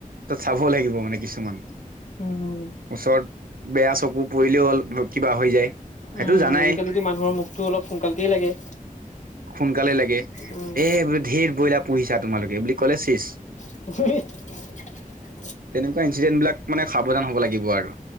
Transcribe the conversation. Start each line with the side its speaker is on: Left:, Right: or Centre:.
Right: তাত চাবও লাগিব মানে কিছুমান
Left: উম উম।
Right: ওচৰত বেয়া চকু পৰিলেও হ'ল কিবা হৈ যায়। সেইটো
Left: উম
Right: জানাই
Left: আজিকালিতো মানুহৰ মুখটো অলপ সোনকালতেেই লাগে।
Right: সোনকালে লাগে এ
Left: উম,
Right: বো ধেৰ বইলাৰ পুহিছা তোমালোকে বুলি কলে চিষ
Left: <unintelligible>
Right: তেনেকুৱা ইনঞ্চিডেণ্ট বিলাক মানে সাৱধান হব লাগিব আৰু